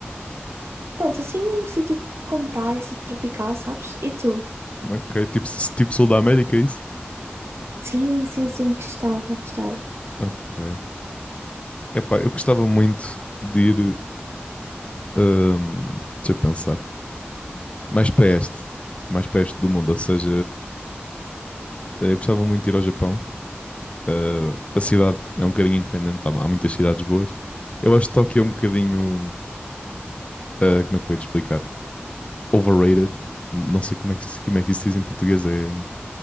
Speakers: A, on the right (about 85°); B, on the left (about 30°).
A: Pronto, assim um sítio com praia, sítio tropical, sabes? E tu?
B: Ok, tipo, s- tipo Sul da América, é isso?
A: Sim, sim, sim, gostava, gostava.
B: Ok. Epá, eu gostava muito de ir. ahm, deixa eu pensar. mais para este, mais para este do mundo. Ou seja, eh, eu gostava muito de ir ao Japão. Eh, a cidade é um bocadinho independente, há, há muitas cidades boas. Eu acho que Tóquio é um bocadinho, eh, como é que eu ia te explicar? Overrated. Não sei como é que, se- como é que isso se diz em português, é,